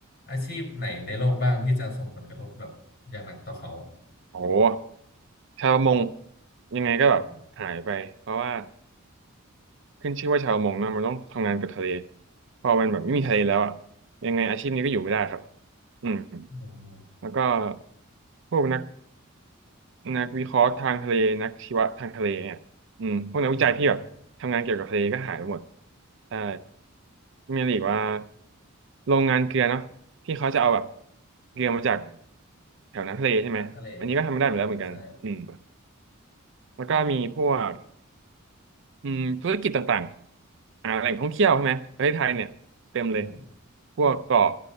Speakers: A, on the left (about 50°); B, on the right (about 60°).
A: อาชีพไหนในโลกบ้างที่จะส่งผลกระทบแบบอย่างหนักต่อเขาอะ
B: โอ้โหชาวประมงยังไงก็แบบหายไปเพราะว่า
A: อืม
B: ขึ้นชื่อว่าชาวประมงนะมันต้องทำงานกับทะเลพอมันแบบไม่มีทะเลแล้วอ่ะยังไงอาชีพนี้ก็อยู่ไม่ได้ครับอืม
A: อืม
B: แล้วก็พวกนัก นักวิเคราะห์ทางทะเลนักชีวะทางทะเลเนี่ยอืมพวกนักวิจัยที่แบบทำงานเกี่ยวกับทะเลก็หายไปหมด
A: อืม
B: ใช่มีอะไรอีกว่าโรงงานเกลือเนาะที่เขาจะเอาแบบเกลือมาจากแถวน้ำทะเลใช่ไหมอันนี้ก็ทำไม่ได้เหมือนแล้วเหมือนกันอืม
A: น้ำทะเลใช่
B: แล้วก็มีพวกอืมธุรกิจต่างๆอ่าแหล่งท่องเที่ยวใช่ไหมประเทศไทยเนี่ยเต็มเลย
A: อ
B: พวกเกาะ